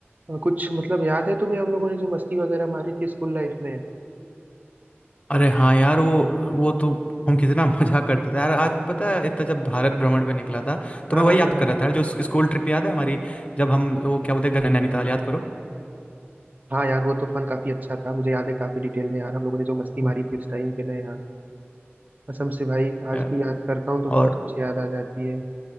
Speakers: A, on the right; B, on the left.
A: अ, कुछ मतलब याद है तुम्हें हम लोगों ने जो मस्ती वगैरह मारी थी स्कूल लाइफ में
B: अरे हाँ यार वो वो तो हम कितना <laughs> मजा करते थे यार आज पता है इतना जब भारत भ्रमण पे निकला था तो
A: हाँ
B: मैं
A: हाँ
B: वही
A: हाँ
B: याद
A: हाँ
B: कर रहा था यार जो स्कूल ट्रिप याद है हमारी जब हम वो क्या बोलते हैं गए नैनीताल याद करो
A: हाँ यार वो तो फन काफी अच्छा था मुझे याद है काफी डिटेल में यार हम लोगों ने जो मस्ती
B: वो
A: मारी थी उस टाइम पे ना यार कसम से भाई आज
B: यार
A: भी याद करता हूँ तो
B: और
A: बहुत कुछ याद आ जाती है